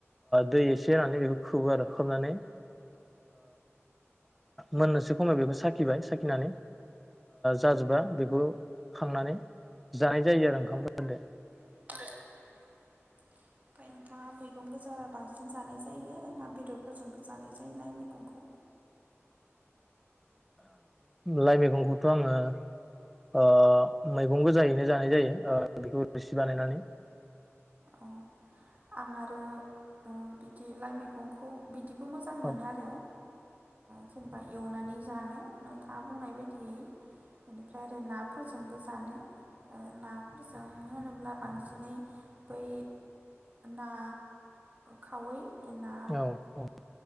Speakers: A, in the centre; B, on the right.
A: दै एसे होनानै बेखौ खोबो आरो खोबनानै मोननोसो खमाव बेखौ साखिबाय साखिनानै जाजोबा बेखौ खांनानै जानाय जायो आरो ओंखामफोरदो
B: <unintelligible> ओमफ्राय नोंथाङा मैगं गोजा बांसिन जानाय जायो ना बेदरफोरजोंबो जानाय जायोलाय मैगंखौ
A: लाइ मैगंखौथ' आङो ओ मैगं गोजायैनो जानाय जायो ओ बेखौ रोसि बानायनानै
B: औ आं आरो बिदि लाइ मैगंखौ बिदिबो मोजां मोनो
A: औ
B: आरो जेनेबा एवनानै जा जानो थांआ बुंनाय बायदियै बेनिफ्राय आरो ना फोरजोंबो जा जानो ना फोरजों होनोब्ला बांसिनै बै ना खावै ना
A: औ-औ